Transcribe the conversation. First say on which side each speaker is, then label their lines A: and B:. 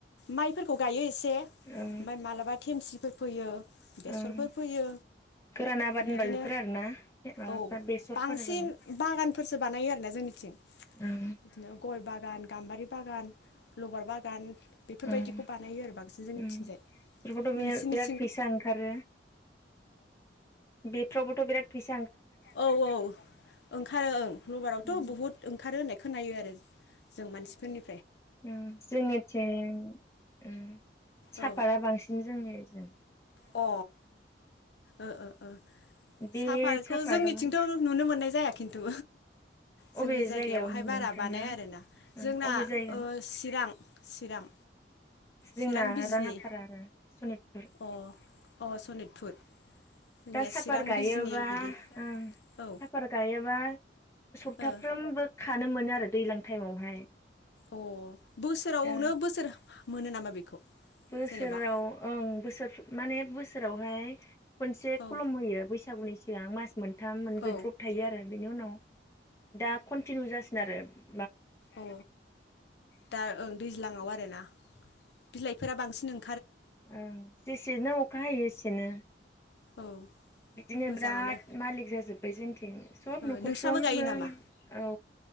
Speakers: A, on the left; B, on the left.
A: माइफोरखौ गायो इ से ओमफाय
B: ओं
A: मालाबा थेमसि होफैयो बेसरफोर
B: ओं
A: फैयो
B: गोरान आबाद होनबा
A: बिदिनो
B: बेफोर आरोना माबाफ्रा
A: औ
B: बेसरफोरा
A: बांसिन
B: जाबाय
A: बागानफोरसो बानायो आरो ना जोंनिथिं बिदिनो
B: ओं
A: गय बा गान गाम्बारि बागान। लबार बागान बेफोर
B: ओं
A: बायदिखौ बानायो आरो बांसिन जोंनिथिंजाय
B: उम बेफोरखौथ' बे
A: नोंसिनि
B: बिराद फैसा ओंखारो। बेफ्रावबोथ' बिराद फै
A: औ औ ओंखारो ओं लबारावथ'
B: उम
A: बुहुद ओंखारो होननाय खोनायो आरो जों मानसिफोरनि
B: ओं जोंनिथिं ओ साफातआ
A: औ
B: बांसिन जोंनिजों।
A: अ ओ ओ ओ
B: बे
A: साफातखौ
B: सापाताव
A: जोंनिथिंथ' नुनो मोननाय जाया खिन्थु जोंनि
B: अबे
A: जायगायावहाय
B: जायगायाव नोंथांना
A: बारा बानाया आरो ना जोंना
B: अबे जायगा
A: ओ चिरां चिरां।
B: जोंना
A: चिरां बिजनि
B: राङाफारा आरो सनितपुर।
A: अ अ सनितपुर। जोंनिया
B: दा साफत
A: चिरां
B: गायोबा
A: बिजनि बिदि
B: ओं
A: औ
B: साफात गायोबा सप्ताफ्रोमबो।
A: ओ
B: खानो मोनो आरो दैज्लां टाइमावहाय।
A: अ बोसोरावनो
B: दा
A: बोसोर। मोनो नामा बेखौ?
B: बोसोराव
A: जेनेबा
B: ओं बोसोर माने। बोसोरावहाय खनसे
A: औ
B: खलम होयो बैसागुनि सिगां मास मोन थाम मोनब्रै
A: औ
B: द्रप थायो आरो बेनि उनाव दा कनटिनिउ जासि <unintelligible>
A: अ दा ओं दैज्लाङाव आरोना। बिलाइफोरा बांसिन ओं
B: ओं जेसेनो अखा हायो एसेनो।
A: औ।
B: बिदिनो
A: मोजाङानो
B: बिराद मालिक जाजोब्बाय जोंथिं सब
A: ओ
B: नखरफ्रोमबो
A: नोंस्राबो गायो नामा
B: औ।